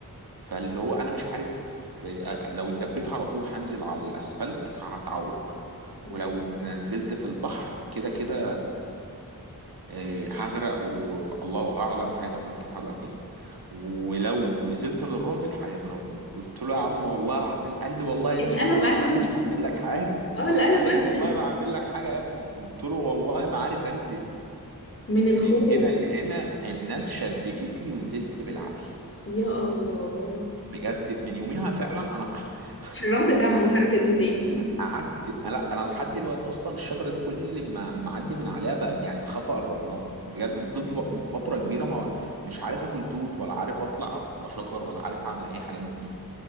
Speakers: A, on the right; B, on the left.
A: فاللي هو انا مش عارف آه، لو اتدبيت على طول هنزل على الاسفلت فهتعور
B: مم.
A: ولو نزلت في البحر كده كده آه، هغرق والله اعلم ساعتها كنت هبقى فين ولو نزلت للراجل هيضربني قلت له يا عم والله العظيم قال لي والله
B: القلم
A: انزل ما
B: اسهل
A: تخاف مش هعمل لك حاجة
B: اه القلم
A: قال لي
B: اسهل
A: والله ما هعمل لك حاجة يا ابني قلت له والله ما عارف انزل
B: من الخوف
A: من هنا لهنا الناس شبكت لي ونزلت بالعافيه
B: يا الله
A: بجد من يوميها فعلا انا
B: حرمت
A: <laughs>
B: تعمل
A: قعدت
B: الحركة دي تاني
A: قعدت- لا انا لحد دلوقتي اصلا الشجره دي كل ما ما اعدي من عليها بقى يعني بخاف اقرب لها بجد فضلت بق- فتره كبيره ما مش عارف اكل توت ولا عارف اطلع على شجر ولا عارف اعمل اي حاجه من دي